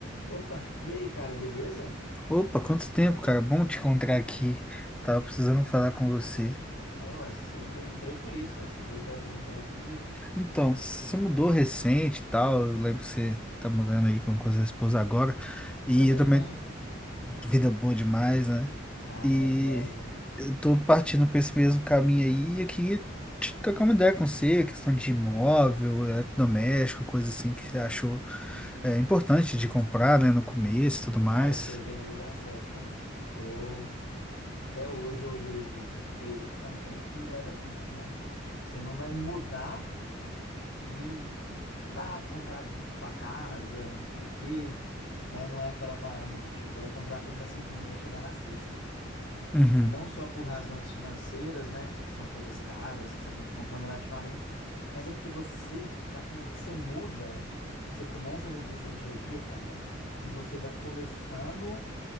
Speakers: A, on the left; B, in the centre.
A: Opa, e aí, cara, beleza?
B: Opa, quanto tempo, cara? Bom te encontrar aqui. Tava precisando falar com você.
A: É, ué, eu entrei por isso, ué. Você falou que tava precisando falar comigo.
B: Então, você mudou recente e tal. Eu lembro que você tá mudando aí com com a sua esposa agora. E
A: Casei,
B: eu também,
A: né?
B: vida boa demais, né?
A: Ah,
B: E
A: maravilhosa.
B: eu tô partindo pra esse mesmo caminho aí. E eu queria te trocar uma ideia com você, questão de imóvel, eletrodoméstico, coisa assim que você achou é, importante de comprar, né? No começo e tudo mais.
A: Cara, você veio no lugar certo, hein? Eu tô... Até hoje eu vejo isso, porque é um trem que leva tempo, né? Você não vai mudar e pá, comprar tudo pra sua casa, não sei o quê, né? Não é aquela parada que, tipo, você vai comprar tudo na segunda e vai chegar na sexta.
B: Uhum.
A: não só por razões financeiras, né, que são coisas caras que você tem que comprar gradativamente, mas é porque você, a partir do momento que você muda, que você começa a viver seu dia a dia, cara, que você vai começando